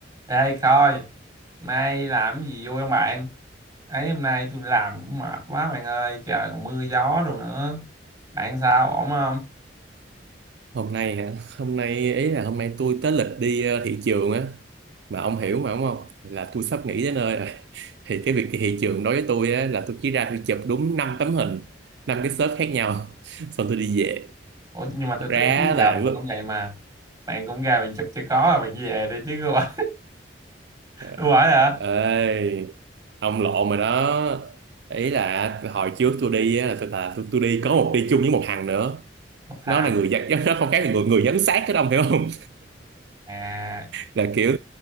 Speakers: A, on the right; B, on the right.
A: Ê coi, nay làm cái gì vui không bạn? Ấy hôm nay tôi làm cũng mệt quá bạn ơi, trời còn mưa gió đồ nữa. Bạn sao, ổn không?
B: hôm nay hả hôm nay ý là hôm nay tôi tới lịch đi ờ, thị trường á mà ông hiểu mà đúng không là tôi sắp nghỉ tới nơi rồi <laughs> thì cái việc đi thị trường đối với tôi á là tôi chỉ ra tôi chụp đúng năm tấm hình năm cái shop khác nhau <laughs> xong tôi đi về
A: Ủa nhưng mà
B: thật
A: tôi
B: ra
A: tưởng trước giờ
B: là
A: bạn
B: lúc
A: cũng vậy mà. Bạn cũng ra bạn chụp cho có rồi bạn về đi chứ <laughs> không phải
B: ờ,
A: không hả?
B: ê ông lộn rồi đó ý là hồi trước tôi đi á là tôi là tôi, tôi đi có một đi chung với một thằng nữa
A: Một thằng
B: nó là người giám <laughs> nó không khác là người người giám sát cái ông hiểu không
A: à
B: là kiểu